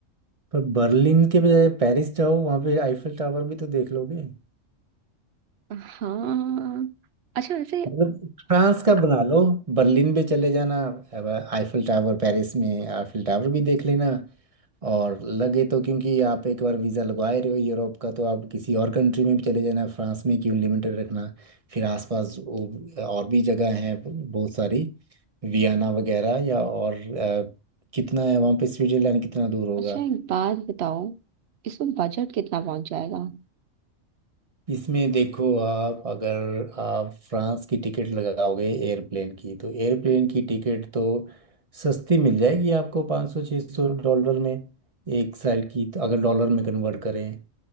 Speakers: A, on the right; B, on the right.
A: पर बर्लिन के बजाय पेरिस जाओ वहाँ पे आईफिल टावर भी तो देख लोगे
B: हाँ अच्छा वैसे
A: मतलब फ्रांस का बना लो बर्लिन भी चले जाना अब आईफिल टावर पेरिस में आईफिल टावर भी देख लेना और लगे तो क्योंकि आप एक बार वीज़ा लगवाए रहे हो यूरोप का तो आप किसी और कंट्री में भी चले जाना फ्रांस में क्यों लिमिटेड रखना फिर आसपास वो- और भी जगह हैं बहुत सारी वियना वगैरह या और अ, कितना है वहाँ पे स्विट्जरलैंड कितना दूर होगा
B: अच्छा एक बात बताओ इसमें बजट कितना पहुंच जाएगा
A: इसमें देखो आप अगर आप फ्रांस की टिकट लगाओगे एयरप्लेन की तो एयरप्लेन की टिकट तो सस्ती मिल जाएगी आपको 500 सौ छः सौ डॉलर में एक साल की तो अगर डॉलर में कन्वर्ट करें